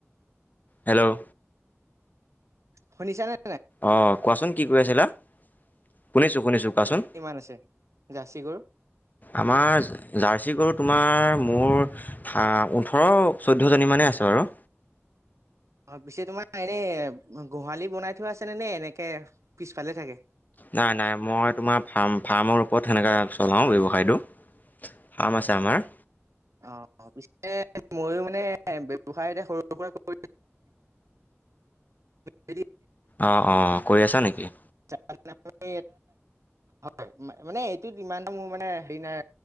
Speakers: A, on the left (about 35°); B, on the right (about 80°).
A: hello
B: শুনিছা নে
A: অ কোৱাচোন কি কৈ আছিলা শুনিছো শুনিছো কোৱাচোন
B: কিমান আছে জাৰ্চি গৰু
A: আমাৰ জাৰ্চি গৰু তোমাৰ মোৰ ওঠৰ চৈধ্যজনীমানেই আছে বাৰু
B: <unintelligible> অ পিছে তোমাৰ এনে গোহালি বনাই থোৱা আছেনেে নে এনেকে পিছফালে থাকে
A: নাই নাই মই তোমাৰ ফ্ম ফাৰ্মৰ ওৰত সেনেকৈ চলাওঁ ব্যৱসায়টো ফাৰ্ম আছে আমাৰ
B: অ' পি ময়ো মানে ব্য্ৱসায় এতিয়া সৰু সুৰা কৰি <inaudible>
A: অ' অ' কৰি আছা নেকি?
B: <inaudible> হয় মানে এইটোত ইমান এটা মোৰ মানে হেৰি নাই